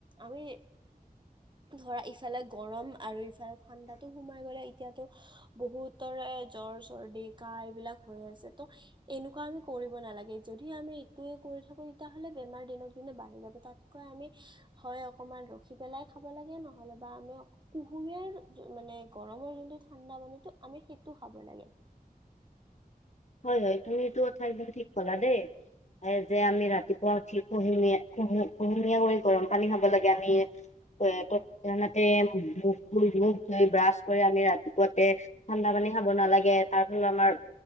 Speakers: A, on the right; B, on the left.
A: আমি ধৰা ইফালে গৰম আৰু ইফালে ঠাণ্ডাটো সোমাই গ'লে এতিয়াতো বহুতৰে জ্বৰ চৰ্দি, কাহ এইবিলাক হৈ আছে ত' এনেকুৱা আমি কৰিব নালাগে, যদি আমি এইটোৱে কৰি থাকো তেতিয়াহ'লে বেমাৰ দিনক দিনে বাঢ়ি যাব তাতকৈ আমি হয় অকমান ৰখি পেলাই খাব লাগে নহ'লে বা আমি কুহুমীয়াৰ মানে গৰমৰ মানে যোনটো ঠাণ্ডা পানীটো আমি সেইটো খাব লাগে।
B: হয় হয়, তুমি এইটো কথা একদম ঠিক ক'লা দে। আৰু যে আমি ৰাতিপুৱা উঠি কুহুমীয়া কুহু কুহুমীয়া কৰি গৰম পানী খাব লাগে আমি। <unintelligible> মুখ ধুই ব্ৰাছ কৰি আমি ৰাতিপুৱাতে ঠাণ্ডা পানী খাব নালাগে তাৰ ফলত আমাৰ